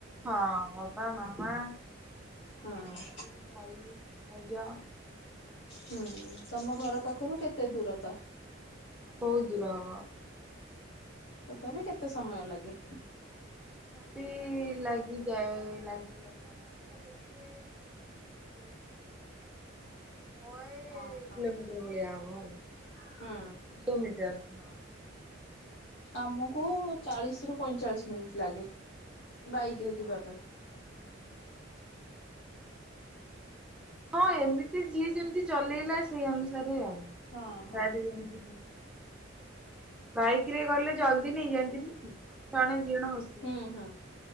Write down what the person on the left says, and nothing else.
ହଁ।
ହୁଁ ତମ ଘର ପାଖରୁ କେତେ ଦୂରତା
ତଥାପି କେତେ ସମୟ ଲାଗେ?
ଓହୋ।
ହୁଁ
ଆମକୁ ଚାଳିଶ ରୁ ପଇଁଚାଳିଶ ମିନିଟ ଲାଗେ ବାଇକ
ରେ ଯିବା ପାଇଁ।
ହଁ ହଁ।
ହୁଁ ହୁଁ